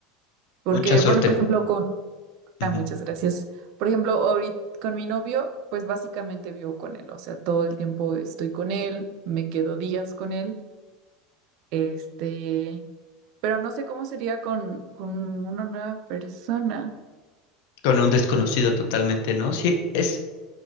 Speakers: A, on the right (about 55°); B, on the left (about 70°).
A: Porque,
B: mucha suerte.
A: bueno, por ejemplo, con... Ah,
B: ujú,
A: muchas gracias. Por ejemplo, ahorita con mi novio, pues básicamente vivo con él, o sea, todo el tiempo estoy con él, me quedo días con él, este, pero no sé cómo sería con, con una nueva persona.
B: Con un desconocido totalmente, ¿no? Sí, es,